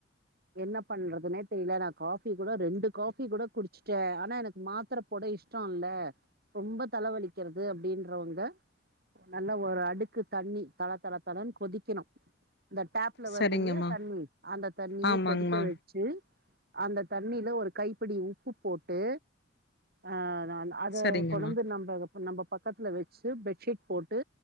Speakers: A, on the right; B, on the left.
A: என்ன பண்றதுனே தெரில நா காபி கூட ரெண்டு காபி கூட குடிச்சட்டே ஆனா எனக்கு மாத்தர போட இஷ்டோ இல்ல ரொம்ப தலவலிக்கிறது அப்டின்றவங்க நல்ல ஒரு அடுக்கு தண்ணி தள தள தளன்னு கொதிக்கணு இந்த டாப் புல
B: சரிங்கம்மா
A: வருது இல்லயா தண்ணி அந்த தண்ணிய
B: ஆமாங்மா
A: கொதிக்க வை ச்சு அந்த தண்ணில ஒரு கைப்புடி உப்பு போட்டு அ அத
B: சரிங்கம்மா
A: கொனாந்து நம்ப நம்ப பக்கத்துல வச்சு பெட்ஷீட் போட்டு